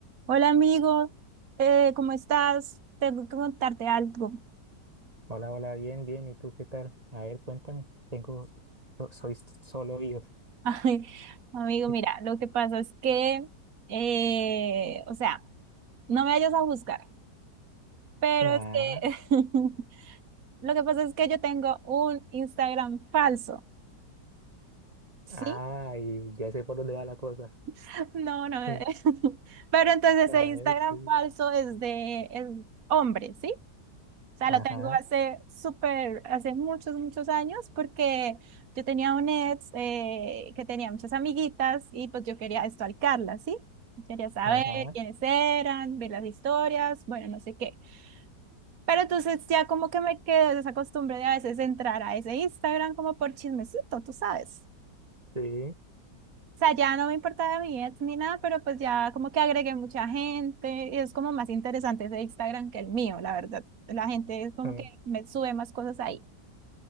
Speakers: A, on the right; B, on the right.
A: Hola amigo, eh, ¿cómo estás? Tengo que contarte algo.
B: Hola, hola, bien, bien. ¿Y tú qué tal? A ver, cuéntame. Tengo, so- soy s- solo yo.
A: <laughs> Ay, amigo,
B: <laughs>
A: mira, lo que pasa es que, eh, o sea, no me vayas a juzgar, pero
B: Nah.
A: es que <laughs> lo que pasa es que yo tengo un Instagram falso, ¿sí?
B: Ay, ya sé por dónde va la cosa.
A: <laughs> No, no,
B: <laughs>
A: <laughs> pero entonces ese
B: A
A: Instagram
B: ver, sí.
A: falso es de es hombre, ¿sí? o sea,
B: Ajá,
A: lo tengo hace súper, hace muchos, muchos años, porque yo tenía un ex eh, que tenía muchas amiguitas y pues yo quería estalcarlas, ¿sí? Quería saber
B: ajá,
A: quiénes eran, ver las historias, bueno, no sé qué. Pero entonces ya como que me quedé de esa costumbre de a veces entrar a ese Instagram como por chismecito, tú sabes.
B: sí.
A: O sea, ya no me importaba mi ex ni nada, pero pues ya como que agregué mucha gente y es como más interesante ese Instagram que el mío, la verdad. La gente es como
B: mm.
A: que me sube más cosas ahí.